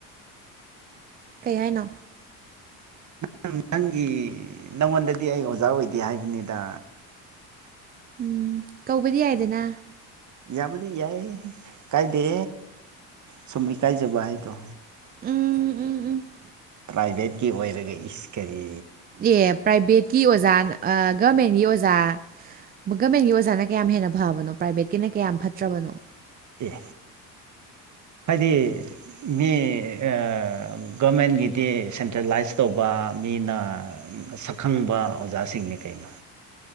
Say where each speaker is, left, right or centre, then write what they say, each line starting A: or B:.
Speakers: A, on the right; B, on the right.
A: ꯀꯩ ꯍꯥꯏꯅꯣ꯫
B: ꯅꯪ ꯅꯪꯒꯤ ꯅꯪꯉꯣꯟꯗꯗꯤ ꯑꯩ ꯑꯣꯖꯥ ꯑꯣꯏꯗꯦ ꯍꯥꯏꯕꯅꯤꯗ꯫
A: ꯎꯝ ꯀꯧꯕꯗꯤ ꯌꯥꯏꯗꯅ꯫
B: ꯌꯥꯕꯨꯗꯤ ꯌꯥꯏ ꯀꯥꯏꯗꯦ ꯁꯨꯝ ꯏ ꯀꯥꯏꯖꯕ ꯍꯥꯏꯗꯣ꯫
A: ꯎꯝ ꯎꯝ ꯎꯝ꯫
B: ꯄ꯭ꯔꯥꯏꯚꯦꯠꯀꯤ ꯑꯣꯏꯔꯒ ꯏꯁ ꯀꯔꯤ꯫
A: ꯑꯦ ꯄ꯭ꯔꯥꯏꯚꯦꯠꯀꯤ ꯑꯣꯖꯥ ꯒꯃꯦꯟꯒꯤ ꯑꯣꯖꯥ꯫ ꯒꯃꯦꯟꯒꯤ ꯑꯣꯖꯥꯅ ꯀꯌꯥꯝ ꯍꯦꯟꯅ ꯐꯕꯅꯣ ꯄ꯭ꯔꯥꯏꯕꯦꯠꯀꯤꯅ ꯀꯌꯥꯝ ꯐꯠꯇ꯭ꯔꯕꯅꯣ꯫
B: ꯑꯦ ꯍꯥꯏꯗꯤ꯫ ꯃꯤ ꯑꯥ ꯒꯣꯔꯃꯦꯟꯒꯤꯗꯤ ꯁꯦꯟꯇ꯭ꯔꯦꯂꯥꯏꯁ ꯇꯧꯕ ꯃꯤꯅ꯫ ꯁꯛꯈꯪꯕ ꯑꯣꯖꯥꯁꯤꯡꯅꯤ ꯀꯩꯅꯣ꯫